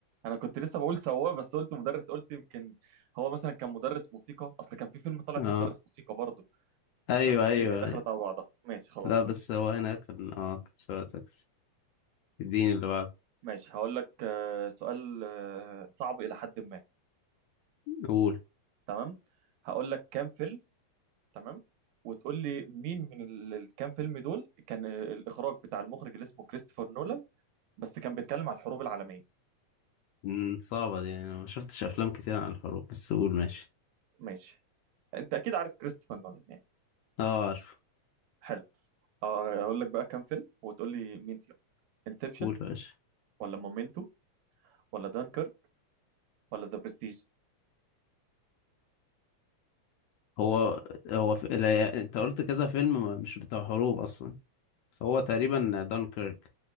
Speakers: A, on the right; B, on the left.
A: انا كنت لسه بقول سواق بس قلت مدرس قلت يمكن هو مثلا كان مدرس موسيقى اصل كان في فيلم طالع
B: اه
A: فيه مدرس موسيقى برضه
B: ايوه
A: فالدنيا
B: ايوه
A: دخلت على بعضها ماشي خلاص
B: لا بس
A: ماشي
B: هو هنا كان اه كان سواق تاكسي اديني اللي بعده
A: ماشي هقول لك آه سؤال آه صعب الى حد ما
B: قول
A: تمام هقول لك كام فيلم تمام وتقول لي مين من ال- الكام فيلم دول كان آه، الاخراج بتاع المخرج اللي اسمه كريستوفر نولان بس كان بيتكلم على الحروب العالميه
B: مم، صعبة دي يعني أنا ما شفتش أفلام كتير عن الحروب بس قول ماشي
A: ماشي انت اكيد عارف كريستوفر نولان يعني
B: اه عارف
A: حلو آه، اقول لك بقى كام فيلم وتقول لي مين فيهم انسبشن
B: قول يا باشا
A: ولا مومنتو ولا دانكر ولا ذا برستيج
B: هو هو في... لا... أنت قلت كذا فيلم ما... مش بتاع حروب أصلا هو تقريبا دانكيرك